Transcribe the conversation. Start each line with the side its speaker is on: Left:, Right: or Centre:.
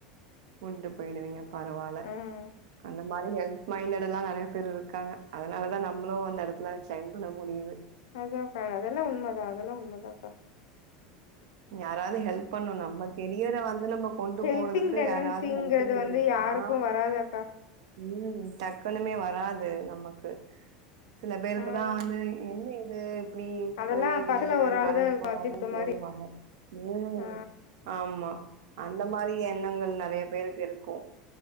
Right: உண்டு போயிடுவீங்க பரவால்ல
Left: ம்
Right: அந்த இந்த மானி ஹெல்ப் மைண்டடெல்லாம் நெறைய பேருக்காங்க அதனால தான் நம்மளும் அந்த எடத்துல சைன் பண்ண முடியுது
Left: அதாக்கா அதெல்லாம் உண்மைதான் அதெல்லாம் உண்மைதான்க்கா
Right: யாராவது ஹெல்ப் பண்ணணும் நம்ம கெரியர வந்து நம்ம கொண்டு
Left: ஹெல்பிங்
Right: போறதுக்கு
Left: டெண்டன்சிங்கிறது
Right: யாராவது ஹெல்ப் <unintelligible>
Left: வந்து யாருக்கு
Right: ஆ
Left: வராதாக்கா
Right: உம் டக்குனுமே வராது நமக்கு சில பேருக்குதான்
Left: ம்
Right: வந்து என்ன இது இப்டி
Left: அதெல்லா
Right: புள்ளைய விட்டுட்டு
Left: பக்கத்துல ஒரு ஆள்
Right: காலேஜ்
Left: தா இருக்கு
Right: போறாங்க
Left: அத்தி விட்ட மாரி
Right: ஆ உம்
Left: ஆ
Right: ஆமா அந்த மாரி எண்ணங்கள் நெறைய பேருக்கிருக்கூ